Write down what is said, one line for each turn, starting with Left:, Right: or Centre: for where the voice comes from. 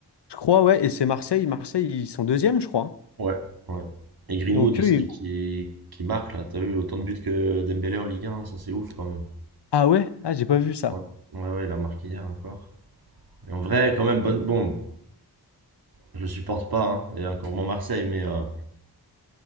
Left: je crois, ouais. Et c'est Marseille. Marseille, ils sont deuxième, je crois.
Right: Ouais, ouais. Et Greenwood
Left: Donc,
Right: aussi
Left: eux, ils-
Right: qui, qui marque, là. T'as eu autant de buts que Dembélé en Ligue 1. Ça, c'est ouf, quand même.
Left: ah ouais? Ah, j'ai pas vu ça.
Right: Ouais. Ouais, ouais, il a marqué hier encore. Et en vrai, quand même, bonne. Bon, je le supporte pas, hein, et encore moins Marseille, mais euh,